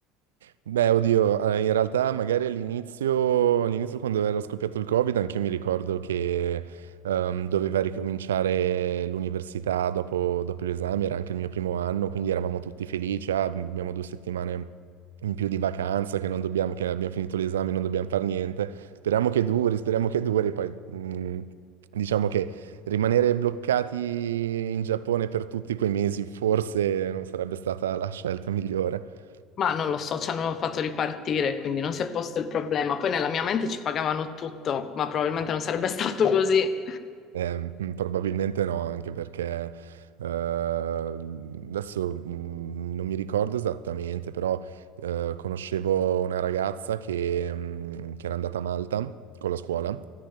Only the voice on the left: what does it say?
Ma non lo so, ci hanno fatto ripartire, quindi non si è posto il problema. Poi nella mia mente ci pagavano tutto, ma probabilmente non sarebbe stato così.